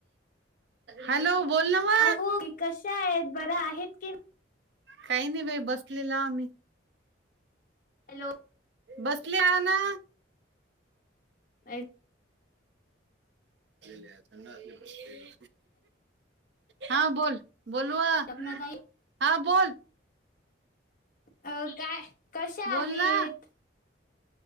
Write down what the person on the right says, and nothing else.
हॅलो बोल ना वा
काही नाही बाई बसलेला आम्ही.
बसले आहे ना.
ले हा बोल बोलू हा
बोल
बोलला